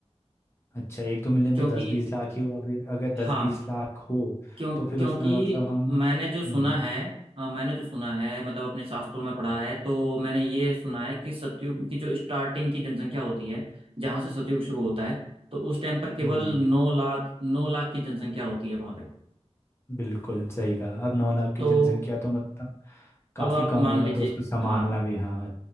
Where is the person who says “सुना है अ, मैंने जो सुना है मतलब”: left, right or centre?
Right